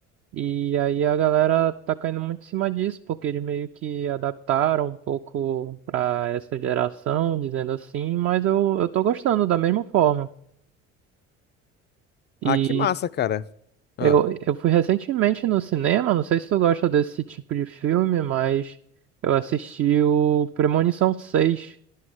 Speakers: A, on the right; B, on the left.
A: E aí a galera tá caindo muito em cima disso, porque eles meio que adaptaram um pouco pra essa geração, dizendo assim, mas eu, eu tô gostando da mesma forma. E
B: Ah, que massa, cara. Ah.
A: Eu, eu fui recentemente no cinema, não sei se tu gosta desse tipo de filme, mas eu assisti o Premonição seis.